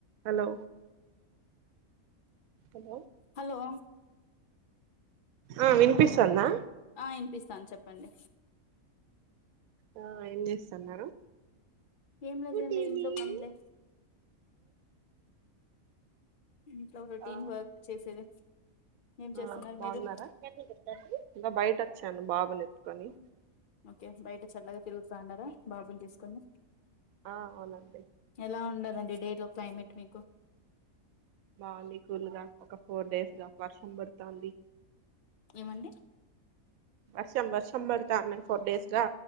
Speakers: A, on the right; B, on the left.
A: హలో హలో
B: హలో
A: ఆ వినిపిస్తదా
B: ఆ వినిపిస్తాను చెప్పండి
A: ఆ ఏం చేస్తారు ఏం చేస్తారు
B: ఏం లేదండి
A: గుడ్ ఈవెనింగ్
B: ఇంట్లో పనులే ఇంట్లో రుటీన్
A: ఆ
B: వర్క్ చేసేది ఏం చేస్తున్నారు
A: ఆ బాగున్నారా
B: మీరు
A: ఇంకా బయట వచ్చాను బాబు ఎత్తుకొని
B: ఓకే బయట చల్లగా తిరుగుతా అన్నారా బాబుని తీసుకొని
A: ఆ అవునండి
B: ఎలా ఉండదండి డే టైం క్లైమేట్ మీకు
A: బాగుంది కూల్ గా ఒక ఫోర్ డేస్ గా వర్షం పడుతుంది
B: ఏమండి
A: వర్షం వర్షం పడతాంది ఫోర్ డేస్ గా